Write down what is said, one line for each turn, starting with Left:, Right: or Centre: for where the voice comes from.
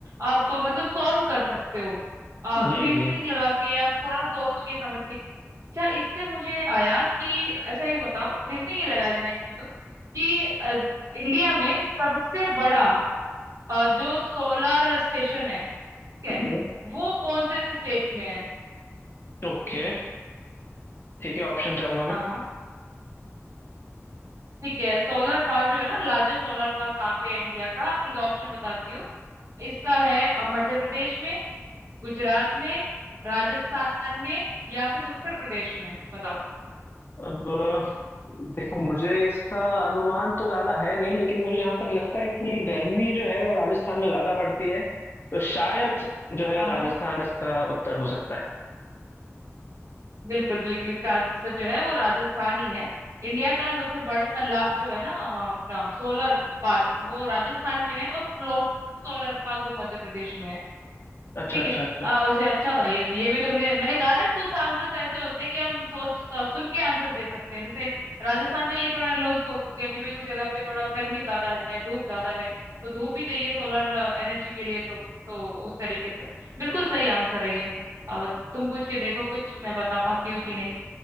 Right: आप अ, मतलब सॉल्व कर सकते हो रीजनिंग
Left: जी जी
Right: लगा के या थोड़ा सोच के समझ के अच्छा इससे मुझे आया कि अच्छा ये बताओ रीजनिंग ही लगा लेना इसमें तो कि अ, इंडिया में सबसे बड़ा अ, जो सोलर स्टेशन है ठीक है
Left: हम्म
Right: वो कौन से स्टेट में है
Left: ओके ठीक है ऑप्शन चाहूंगा
Right: हाँ
Left: मैं
Right: हाँ ठीक है सोलर पार्क जो है ना लार्जेस्ट सोलर पार्क कहाँ पे है इंडिया का ठीक है ऑप्शन बताती हूँ इसका है अ, मध्य प्रदेश में गुजरात में राजस्थान में या फिर उत्तर प्रदेश में बताओ
Left: अब देखो मुझे इसका अनुमान तो ज्यादा है नहीं लेकिन मुझे जहां तक लगता है कि गर्मी जो है वो राजस्थान में ज्यादा पड़ती है तो शायद जो है
Right: हाँ
Left: राजस्थान
Right: हाँ
Left: इसका उत्तर हो सकता है
Right: बिल्कुल बिल्कुल इसका आंसर जो है वो राजस्थान ही है इंडिया का सबसे बड़ा ला, जो है ना अ, अपना सोलर पार्क वो राजस्थान में है और फ्लोट सोलर पार्क वो मध्य प्रदेश में है
Left: अच्छा
Right: ठीक
Left: अच्छा
Right: है
Left: अच्छा
Right: अ,
Left: अच्छा
Right: वैसे अच्छा था ये ये भी तुमने मैंने कहा ना कुछ आंसर्स ऐसे होते हैं कि हम सोच अ, सुन के आंसर दे सकते हैं जैसे राजस्थान का ये थोड़ा लॉजिक हो गया कि भाई उस जगह पे थोड़ा गर्मी ज्यादा है धूप ज्यादा है तो धूप ही चाहिए सोलर एनर्जी के लिए तो तो उस तरीके से बिल्कुल सही आंसर है ये अ, तुम पूछ के देखो कुछ मैं बता पाती हूँ कि नहीं